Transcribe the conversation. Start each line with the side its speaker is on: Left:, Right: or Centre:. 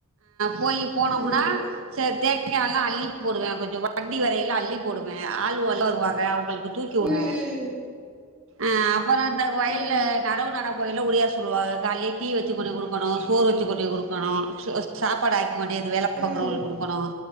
Right: போய் போனோ
Centre: ம்
Right: கூட சரி தேங்காய் லா அல்லி போடுவேன் கொஞ்சம் வண்டி வரையில அள்ளி ஆளு உலருவாங்க வருவாங்க அவங்களுக்கு தூக்கிவு
Centre: ம் ம்
Right: அஹ அப்பறம் இந்த வயல்ல
Centre: ம்
Right: நடவு நட போயல்ல <unintelligible> சொல்லா காலையே டீ வச்சு குடிக் <unintelligible> சோறு வேச்சு கொட்டி கொடுக்கணும் சாப்பாடு ஆக்கி நேத்து வேலை
Centre: ம்
Right: பாக்கறவங்களுக்கு குடுக்கணும்